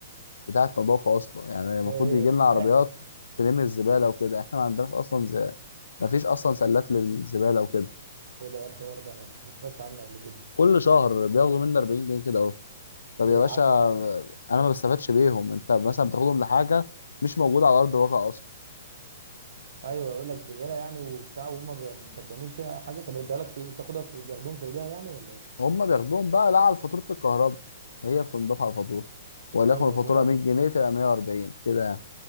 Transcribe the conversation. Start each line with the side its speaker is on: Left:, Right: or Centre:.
Left: بتاعت نظافه اصلا يعني المفروض
Right: ده ايه
Left: يجي لنا عربيات
Right: ايه ح-
Left: تلم الزباله وكده احنا ما عندناش اصلا ز... ما فيش اصلا سلات للزباله وكده
Right: ايه ده إيه الحوار ده انا بس ما سمعتش عنه قبل كده
Left: كل شهر بياخدوا مني 40 جنيه كده اهو طب
Right: ليه
Left: يا باشا
Right: عافيه يعني.
Left: انا ما بستفادش بيهم انت مثلا بتاخدهم لحاجه مش موجوده على ارض الواقع اصلا
Right: ايوه يقول لك زباله يعني وبتاع وهم ب... انت ما بتعملش حاجه طب اديها لك في إيه؟ بتاخدها في بياخدوهم في ايديها يعني ولا ايه؟
Left: هم بياخدوهم بقى لا على فاتوره الكهرباء هي بتنضاف على الفاتوره وليكن
Right: ايوه
Left: الفاتوره
Right: اوتوماتيك
Left: 100 جنيه تبقى 140 كده يعني.